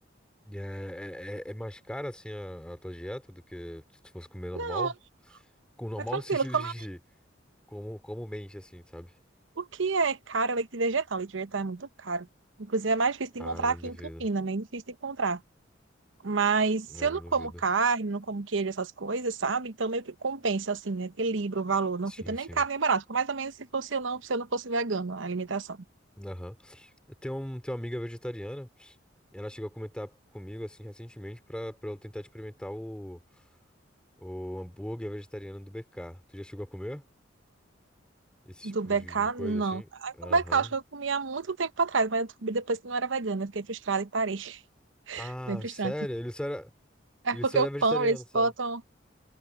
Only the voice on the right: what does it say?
Não,
é tranquilo.
Como
O que é caro é leite vegetal. Leite vegetal é muito caro. Inclusive, é mais difícil de
encontrar
aqui
em Campinas, né? É difícil de encontrar. Mas
se eu
não como
carne, não como queijo, essas coisas, sabe? Então meio que compensa, assim, né? Equilibra o valor. Não
fica nem
caro nem barato. Fica Mais ou menos se fosse eu não, se eu não fosse vegano, a alimentação.
Do
BK,
não.
A
Do BK, acho que eu comia há muito tempo atrás, mas eu descobri depois que não era vegana. Eu Fiquei frustrada e parei. <laughs>
Bem frustrante.
É
porque
o
pão, eles
botam